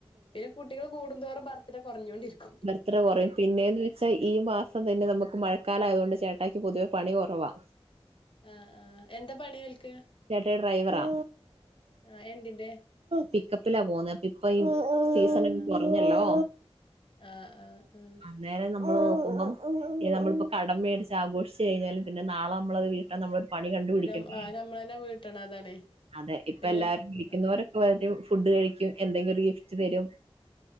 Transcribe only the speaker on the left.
പിന്നെ കുട്ടികള് കൂടുന്തോറും ബർത്ത്ഡേ കൊറഞ്ഞോണ്ടിരിക്കും
ആഹ് ആഹ് എന്താ പണി ഓൽക്ക്
ആഹ് എന്തിന്റെ
ആഹ്
ആഹ്
ആഹ് ആഹ് ആഹ്
നം ആ നമ്മളന്നെ വീട്ടണം അതാണേ
പിന്നെ
ആഹ്